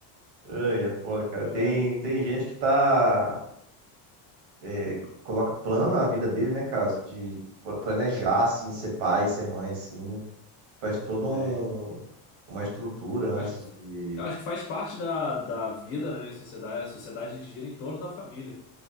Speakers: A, on the right; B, on the left.
A: Ai, é foda, cara.
B: É,
A: Tem, tem gente que tá. é, coloca plano na vida dele, né, cara? De pl- planejar,
B: é,
A: assim, ser pai, ser mãe, assim. Faz toda um,
B: tem.
A: uma estrutura antes
B: Eu Acho que,
A: de.
B: eu acho que faz parte da, da vida, né, em sociedade. A sociedade gira em torno da família.